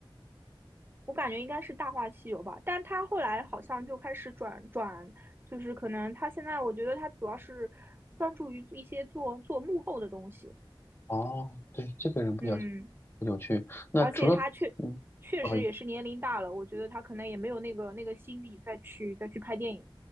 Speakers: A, on the right; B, on the left.
A: 我感觉应该是《大话西游》吧，但他后来好像就开始转转，就是可能他现在我觉得他主要是专注于一些做做幕后的东西。
B: 哦，对，这个人比较
A: 嗯，
B: 有趣。那除了嗯，
A: 而且他确确实也是年龄大了，
B: 哦，
A: 我觉得他可能也没有那个那个心力再去再去拍电影。